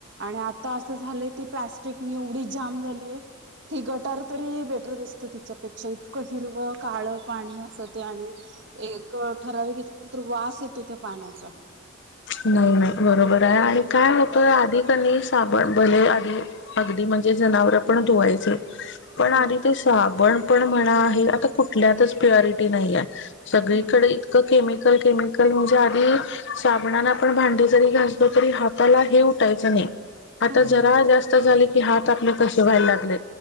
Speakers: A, on the right (about 60°); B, on the left (about 60°).
A: आणि आता असं झालंय की प्लॅस्टिकनी एवढी जाम झालीय ती गटार तरी बेटर दिसत तिच्यापेक्षा क्षतकं हिरवं काळ पाणी असं ते आणि एक ठराव घेतल्यानंतर वास येतो त्या पाण्याचा
B: नाही नाही बरोबर आहे आणि काय होतं आधी त्यांनी साबण भले आध अगदी म्हणजे जनावर पण धुवायचे पण
A: हो
B: आधी ते साबण पण म्हणा आहे आता कुठल्यातच प्युरिटी नाही आहे सगळीकडे
A: हम्म
B: इतकं केमिकल केमिकल म्हणजे आधी साप म्हणान आपण भांडी जरी घासलो तरी हाताला हे उठायचं नाही आता
A: हो
B: जरा जास्त झाले की हात आपले कसे व्हायला लागले